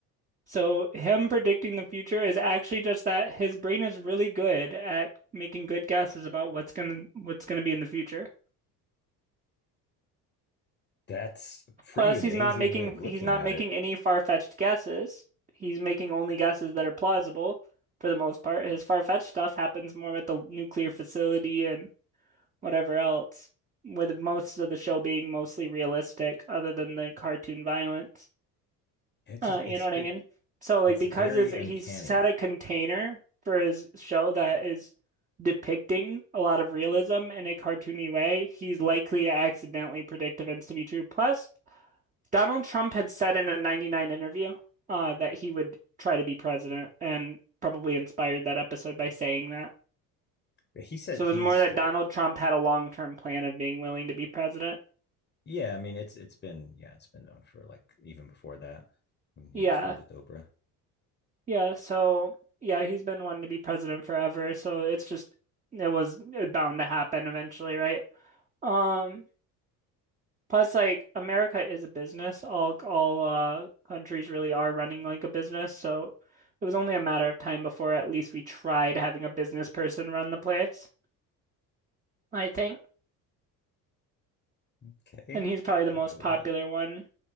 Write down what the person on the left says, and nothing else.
that's a pretty
amazing
way of looking
at
it.
It's
just it's
been
it's
very
uncanny.
He said
he's
the
yeah, I mean it's it's been yeah, it's been known for like even before that when he
was friends with Oprah.
Okay,
I'll go with
it.